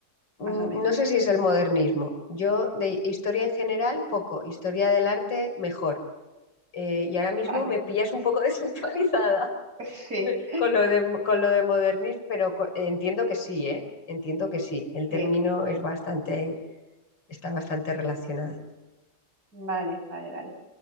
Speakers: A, on the left; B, on the right.
A: Mm,
B: más o menos.
A: no sé si es el modernismo. Yo de historia en general, poco, historia del arte, mejor. Eh, y ahora mismo
B: <laughs> Vale,
A: me pillas un poco <laughs> desactualizada.
B: sí,
A: Me- Con lo de, con lo de modernismo, pero co- entiendo que sí, ¿eh? Entiendo que sí. El
B: sí,
A: término es bastante, está bastante relacionado.
B: vale, vale, vale.